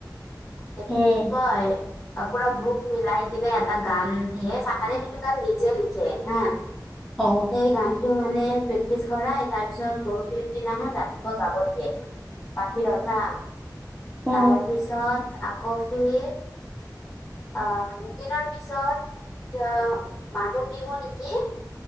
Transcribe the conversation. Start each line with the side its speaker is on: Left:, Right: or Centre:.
Left: সেইটো
Centre: উম
Left: কি কয় পুৰা গ্ৰুপ মিলাই কিনে এটা গান দিয়ে চা চাৰে সেইটো গান নিজে লিখে হা
Centre: অ
Left: সেই গান টো মানে প্ৰেক্টিচ কৰাই তাৰ পিছত গৰু বিহুৰ দিনাখন ৰাতিপুৱা গাব দিয়ে। বাহিৰত হা
Centre: অ
Left: তাৰপিছত আকৌ ফিৰ অ দুদিনৰ পিছত, অ মানুহ বিহু নেকি।